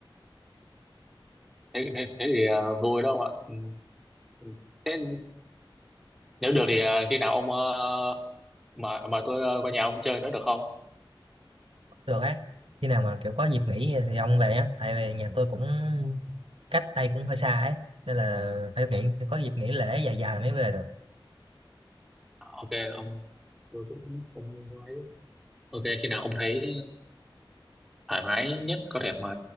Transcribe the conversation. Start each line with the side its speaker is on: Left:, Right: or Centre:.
Centre: thế thế, thế thì ờ, vui đâu ạ ừ. ừ. thế nếu được thì ờ, khi nào ông ờ, mà mà tôi ờ, qua nhà ông chơi nữa được không
Right: được ấy khi nào mà kiểu có dịp nghỉ thì ông về á tại vì nhà tôi cũng cách đây cũng hơi xa ấy nên là phải nghỉ phải có dịp nghỉ lễ dài dài mới về được
Centre: ok ông tôi cũng ông nói ok khi nào ông thấy thoải mái nhất có thể mà